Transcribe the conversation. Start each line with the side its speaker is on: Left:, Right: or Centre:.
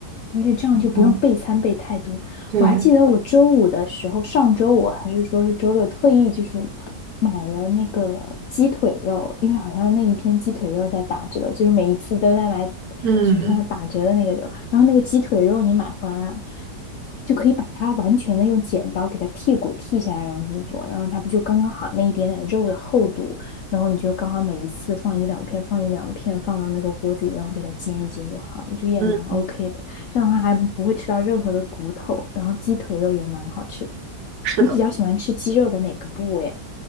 Left: 而且这样就不用备餐备太多。
Right: 哦，对，
Left: 我还记得我周五的时候，上周五还是说是周六，特意就是买了那个鸡腿肉，因为好像那一天鸡腿肉在打折，就是每一次都在买，
Right: 嗯
Left: 就是它打折的那个肉。然后那个鸡腿肉你买回来，就可以把它完全的用剪刀给它剔骨剔下来，然后这么做，然后它不就刚刚好那一点点肉的厚度，然后你就刚好每一次放一两片，放一两片，放到那个锅子里，然后给它煎一煎就好了我觉得也蛮
Right: 嗯，
Left: OK 的。这样的话还不会吃到任何的骨头，然后鸡腿肉也蛮好吃的
Right: 是的。
Left: 你比较喜欢吃鸡肉的哪个部位啊？